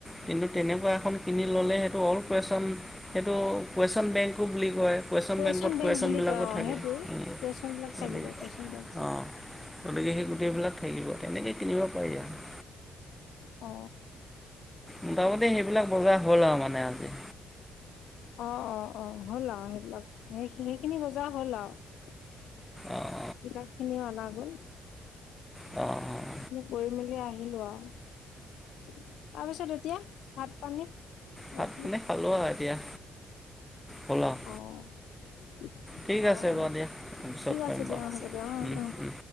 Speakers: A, in the centre; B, on the left (about 80°).
A: কিন্তু তেনেকুৱা এখন কিনি ল'লে টো অল কুৱেইশ্যন সেইটো কুৱেইশ্যন বেংকো বুলি কয়। কুৱেশ্যন
B: কুৱেইশন
A: বেংকত কুৱেশ্যনবিলাকো
B: বেংক বুলি কয় অ,
A: থাকে
B: সেইটোৱে,
A: গতিকে
B: কুৱেইশন বিলাক থাকিব কুৱেশন বেংক।
A: অঁ গতিকে সেই গোটেইবিলাক থাকিব, তেনেকৈ কিনিব পাৰি আৰু
B: অ
A: মোটামুটি সেইবিলাক বজাৰ হ'ল আৰু মানে আজি।
B: অ', অ', অ', হ'ল আৰু সেইবিলাক সেই সেইখিনি বজাৰ হ'ল আৰু
A: অঁ
B: কিতাপ খিনিও অনা গ'ল।
A: অহ অহ।
B: কৰি মেলি আহিলো আৰু তাৰপিছত এতিয়া ভাত পানী?
A: ভাত
B: ৰাতি
A: পানী খালোঁ আৰু এতিয়া হ'ল আৰু
B: অহ।
A: ঠিক
B: অ',
A: আছে
B: অ'
A: বাৰু দিয়া পিছত
B: ঠিক
A: কৰিম
B: আছে দিয়া
A: বাৰু
B: হ'ব দিয়া অ' অ'।